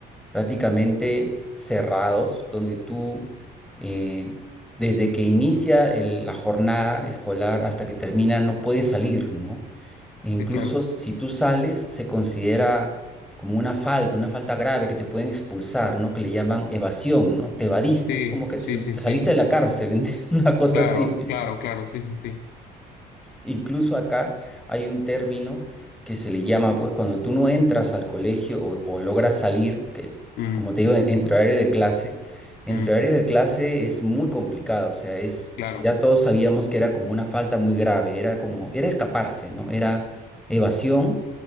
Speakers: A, in the centre; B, on the left (about 80°).
A: prácticamente cerrados, donde tú, eh, desde que inicia el- la jornada escolar hasta que termina, no puedes salir, ¿no? Incluso
B: sí, claro.
A: si tú sales, se considera como una falta, una falta grave que te pueden expulsar, ¿no? Que le llaman evasión, ¿no? Te evadiste,
B: Sí,
A: es como que
B: sí,
A: te, su-
B: sí,
A: te
B: sí.
A: saliste de la cárcel, ¿ent- <laughs> una cosa
B: Claro,
A: así.
B: claro, claro, sí, sí, sí.
A: Incluso acá hay un término que se le llama, pues, cuando tú no entras al colegio o, o logras salir, que
B: Mm.
A: como te digo, en- entre horario de clase, entre
B: Mm,
A: horario de clase es muy complicado, o sea, es,
B: claro.
A: ya todos sabíamos que era como una falta muy grave, era como, era escaparse, ¿no? Era evasión